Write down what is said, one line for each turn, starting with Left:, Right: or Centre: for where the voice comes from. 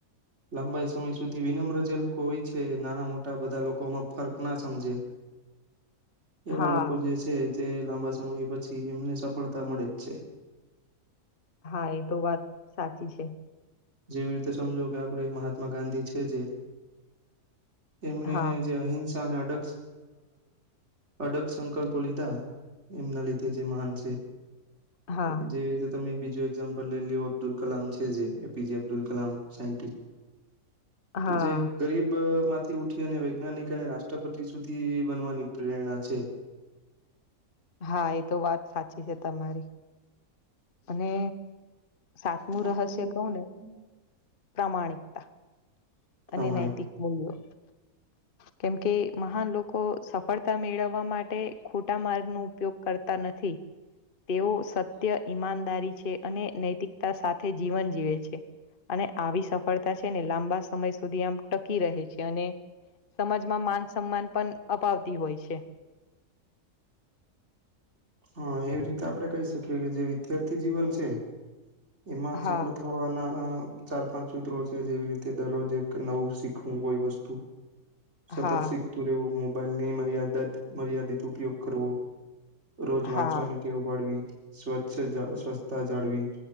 Right: લાંબાઈ સમય સુધી વિનમ્ર જે લોકો હોય છે એ નાના મોટા બધા લોકોમાં ફર્ક ના સમજે
Left: <inaudible>
Right: એવા
Left: હા
Right: લોકો જે છે તે લાંબા સમય પછી એમને સફળતા મળે જ છે
Left: હા એ તો વાત સાચી છે
Right: જેવી રીતે સમજો કે આપણે મહાત્મા ગાંધી છે જે એમને
Left: હા
Right: જે અહિંસા અને અડગ અડગ સંકલ્પો લીધા એમના લીધે જે મહાન છે
Left: હા
Right: જેવી રીતે તમે બીજું એક્ઝામ્પલ લઈ લ અબ્દુલ કલામ છે જેને અબ્ુલ કલામ સા
Left: હા.
Right: જે ગરીબ થી ઉઠી અને વૈજ્ઞાનિક અને રાષ્ટ્રપતિ સુધી બનવાની પ્રેરણા છે
Left: હા એ તો વાત સાચી છે તમારી અને સાતમું
Right: સાચું
Left: રહસ્ય
Right: રહે
Left: કૌ
Right: છે
Left: ને
Right: તમને
Left: પ્રામાણિકતા
Right: પ્રમાણિક
Left: અને નૈતિક મૂલ્યો કેમ કે મહાન લોકો સફળતા મેળવવા માટે ખોટા માર્ગ ન ઉપયોગ કરતા નથી નથી તેઓ સત્ય ઈમાનદારી છે અને નૈતિકતા સાથે જીવન જીવે છે અને આવી સફળતા છે ને લાંબા સમય સુધી આમ ટકી રહે છે અને સમાજમાં માન સન્માન પણ અપાવતા હોય છે
Right: હા એવી રીતે આપડે કહી શકીએ કે જે વિદ્યાર્થી જીવન છે એમાં
Left: હા,
Right: સપર્ટ થવાના ચાર પાંચ સૂત્રો છે જેવી રીતે દરરોજ એક નવું શીખવું કોઈ વસ્તુ. સતત
Left: હા,
Right: શીખતું રહેવું મોબાઈલની મર્યાદા મર્યાદિત ઉપયોગ કરવો. રોજ
Left: હા,
Right: વાંચવાની ટેવ પાડવી સ્વચ્છ જા સ્વચ્છતા જાળવી.